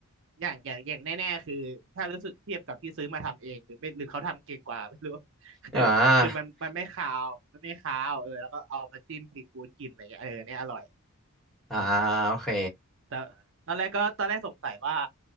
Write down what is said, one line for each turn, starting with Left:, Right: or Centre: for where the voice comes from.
Right: อย่างอย่างอย่างแน่ๆคือถ้ารู้สึกเทียบกับที่ซื้อมาทำเองหรือไม่หรือเขาทำเก่งกว่า <laughs> ไม่รู้ <laughs> คือคือมันมันไม่ข่าวมันไม่ข่าวเออแล้วก็เอามาจิ้มซีฟู้ดกินอะไรอย่างเงี้ยเออเนี่ยอร่อย
Centre: อ่าอ่า
Right: อืม
Centre: โอเค
Right: แต่ตอนแรกก็ตอนแรกสงสัยว่า